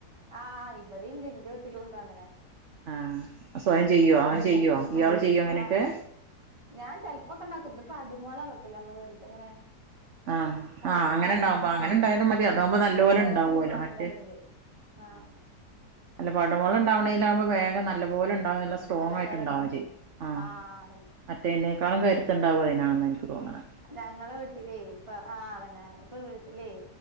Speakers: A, on the right; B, on the right.
A: ആഹ് ഇബടീണ്ട് ഇൻ്റെ വീട്ടില്ണ്ടങ്ങനെ.
B: ആഹ് സ്വയം ചെയ്യോ അങ്ങനെ
A: കൊറേണ്ടായി
B: ചെയ്യോ ഇയാൾ
A: ആ
B: ചെയ്യോ അങ്ങനെക്കെ?
A: ആ ഞാൻ ചെല് പ്പൊക്കെണ്ടാക്കും ഇത്പ്പടുമോളാള് ചെയ്യാ <unintelligible> വെറ്തെങ്ങനെ
B: ആ
A: പടുമോളാറീല്ലേ
B: ആ അങ്ങനെ ഉണ്ടാവുമ്പോ അങ്ങനെ ഉണ്ടായാലും മതി അതാവുമ്പോ
A: അങ്ങനെ
B: നല്ലപോലെ
A: തോനെ
B: ഉണ്ടാവുവല്ലോ
A: കുമ്പളങ്ങ
B: മറ്റേ
A: ണ്ടായിണ്ട്. ആഹ്
B: ആ അല്ല പടുമൊള ണ്ടാവ്ണെയ്ലാവുംമ്പം വേഗം നല്ല പോലെ ഇണ്ടാവാണെ നല്ല സ്ട്രോങ്ങായിട്ട്ണ്ടാവും
A: നല്ലം പോലെ ഇണ്ടാവും
B: ചെ ആഹ്
A: ആ അതന്നെ
B: മറ്റെയ്ൻ്റെക്കാളും കരുത്ത് ണ്ടാവും അയ്നാണ് ന്നാ ഇൻക്ക് തോന്ന്ണെ.
A: ഞങ്ങളെ വീട്ടിലെയ് ഇപ്പ ആഹ് അതെന്നെ ഇപ്പൊ വീട്ടിലെയ്